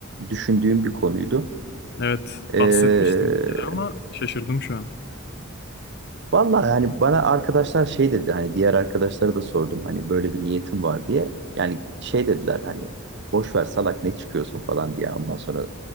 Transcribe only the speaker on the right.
düşündüğüm bir konuydu.
Ee,
Vallahi yani bana arkadaşlar şey dedi hani diğer arkadaşlara da sordum hani böyle bir niyetim var diye. Yani şey dediler hani boş ver salak ne çıkıyorsun falan diye ondan sonra